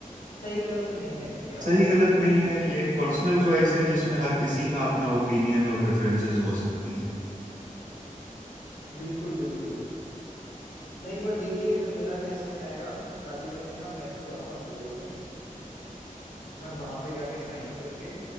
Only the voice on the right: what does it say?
सही
गलत
नहीं
है ये एक पर्सनल चॉइस है जिसमें हर किसी का अपना ओपिनियन और प्रेफरेंसेस हो सकती हैं